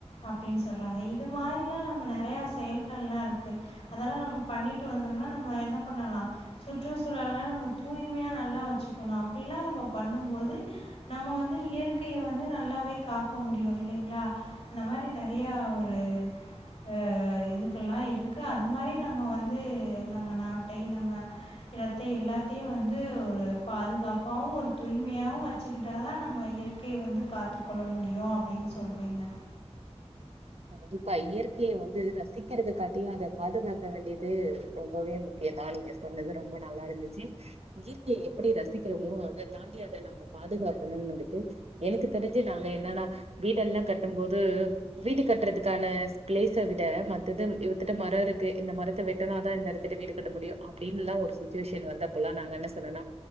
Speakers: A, on the left; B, on the right.
A: அப்டின்னு சொல்றாங்க இது மாரில்லா நம்ம நெறைய செயல்கள்லா இருக்கு அதெல்லா நம்ம பண்ணிட்டு வந்தோம்னா நம்ம என்ன பண்ணலா சுற்றுச்சூழல்லா நம்ம தூய்மையா நல்லா வச்சுக்கணோ அப்டில்லா நம்ம பண்ணும் போது நம்ம வந்து இயற்கைய வந்து நல்லாவே காக்க முடியு இல்லைங்களா அந்த மாரி நெறைய ஒரு ஆ இதுக்கெல்லா இருக்கு அது மாரி நம்ம வந்து நம்ம நாட்டை நம்ம இடத்தை எல்லாத்தையு வந்து ஒரு பாதுகாப்பாவு ஒரு தூய்மையாவு வெச்சுக்கிட்டாதா நம்ம இயற்கைய வந்து காத்துக் கொள்ள முடியு அப்டின்னு சொல்வேங்க
B: கண்டிப்பா இயற்கைய வந்து ரசிக்கிறதுக்காட்டியு அத பாதுகாக்க வேண்டியது ரொம்பவே முக் இப்டியெல்லா நீங்க சொன்னது ரொம்ப நல்லா இருந்துச்சு இயற்கைய எப்டி ரசிக்கிறதையு அத தாண்டி அத நம்ப பாதுகாக்கணுனுதுக்கு எனக்கு தெரிஞ்சு நாங்க என்னன்னா வீடெல்லா கட்டும் போது வீடு கட்றதுக்கான பிளேஸ விட மத்தது இவத்திட்டு மரோ இருக்கு இந்த மரத்த வெட்டுனாதா இந்த இடத் இங்கட்டு வீடு கட்ட முடியு அப்டின்னுலா ஒரு சுட்சுவேஷன் வந்தப்பல்லா நாங்க என்ன சொன்னோன்னா